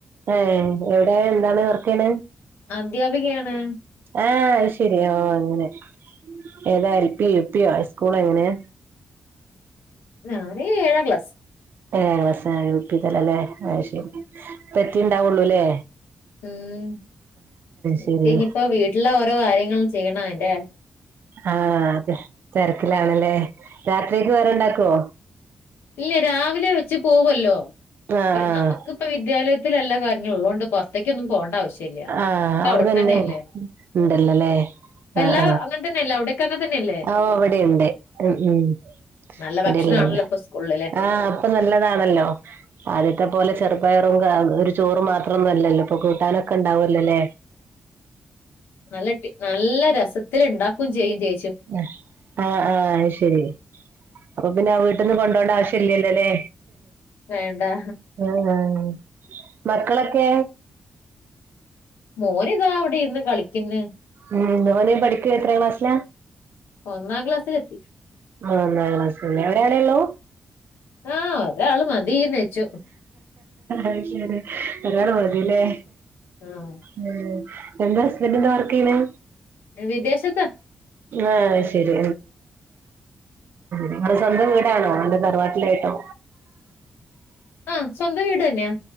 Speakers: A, on the right (about 65°); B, on the left (about 80°).
A: ഏഹ് എവിടെ എന്താണ് വർക്കെയ്യ്ണ്.
B: അദ്ധ്യാപികയാണ്.
A: ആഹ് ശെരി ഓഹ് അങ്ങനെ ഏതാ എൽപി യുപ്യോ ഐ സ്കൂളൊ എങ്ങനേ.
B: ഞാന് ഏഴാം ക്ലാസ്.
A: ഏഹ് <unintelligible> യൂപ്പിതലല്ലേ അയ്ശെരി
B: ഉം
A: പ്പെത്തീണ്ടാവൊള്ളൂലേ.
B: ഉം എത്തിഞ്ഞിപ്പോ
A: ശെരി
B: വീട്ടിലെ ഓരോ കാര്യങ്ങള് ചെയ്യണം അയ്ന്റെ.
A: ആഹ് അതെ തെര്ക്ക്ലാവുംലേ, രാത്രികക്ക് വേറെണ്ടാക്കോ?
B: ല്ലെ രാവിലെ വെച്ച് പോവല്ലോ
A: ആഹ്
B: പിന്നെ നമുക്ക്പ്പൊ വിദ്യാലയ് ത്തിലല്ലെകഞിഉള്ളോണ്ട് പൊർത്ത്ക്കൊന്നും പോണ്ട ആവശ്യല്ല. ല്ലാ,
A: ആഹ് ആഹ്
B: ഒക്കവിടെതന്നെയല്ലേ
A: അവിടെ തന്നെ ഉണ്ടല്ലോല്ലേ
B: ഉം പ്പെല്ലാ
A: ആഹ്
B: അങ്ങൻതന്നല്ലേ അവ്ടെ ക്ക അങ്ങൻതന്നെയല്ലേ
A: ആഹ് ഓ ഇവിടെയുണ്ട് ഉം ഉം
B: നല്ലഭക്ഷണാണല്ലോ
A: ഇവിടെല്ലാണ്ട്
B: പ്പൊ സ്കൂൾ ല് ല്ലേ.
A: ആഹ് പ്പ നല്ലതാണല്ലോ. ആദ്യത്തെ പോലെ ചെറ്പയറും ക ഒരു ചോറും മാത്രംന്നും അല്ലല്ലോ ഇപ്പൊ കൂട്ടാനൊക്കെണ്ടാവല്ലോലേ.
B: നല്ല ടേ നല്ല രസത്തില്ണ്ടാക്കും ചെയ്യും ചേ
A: ഉം ആഹ് ആഹ് അയ്ശെരി അപ്പൊ പിന്നെ വീട്ട്ന്ന് കൊണ്ടോണ്ടാവിശ്യല്ലല്ലോലേ.
B: വേണ്ടാ.
A: ആഹ് ആഹ് മക്കളൊക്കെ.
B: മോനിതാ അവിടിര്ന്ന് കളിക്ക്ന്ന്.
A: ഉം, മോന് പഠിക്കാ എത്രാം ക്ലാസ്സിലാ?
B: ഒന്നാം ക്ലാസ്സിലെത്തി.
A: ആഹ് ഒന്നാംക്ലാസില് ലേ, ഒരാളള്ളൂ?
B: ആഹ് ഒരാള് മതീന്ന്. വെച്ചു
A: അയ്ശെരി ഒരാള് മതീല്ലേ.
B: ആഹ്
A: ഉം എന്താ ഹസ്ബന്റെന്താ വർക്കെയ്യ്ണ്
B: വിദേശത്താ.
A: ആഹ് ശെരി. ങ്ങള് സ്വന്തം വീടാണോ അതൊ തറവാട്ടിലായ്ട്ടോ.
B: ആഹ് സ്വന്തം വീടെന്നെയാ.